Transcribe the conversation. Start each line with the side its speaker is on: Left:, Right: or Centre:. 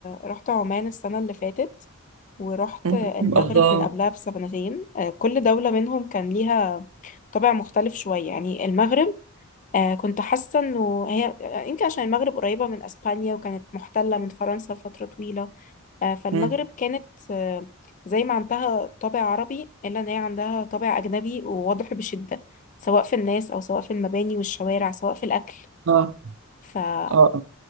Left: رحت عمان السنة اللي فاتت ورحت
Right: مم.
Left: المغرب
Right: الله
Left: من قبلها بسنتين آه، كل دولة منهم كان ليها طابع مختلف شوية يعني المغرب آه كنت حاسة انه هي آه، يمكن عشان المغرب قريبة من اسبانيا وكانت محتلة من فرنسا لفترة طويلة آه فالمغرب
Right: مم.
Left: كانت آه زي ما عندها طابع عربي الا ان هي عندها طابع اجنبي وواضح بشدة سواء في الناس او سواء في المباني والشوارع سواء في الاكل
Right: اه
Left: فالاكل
Right: اه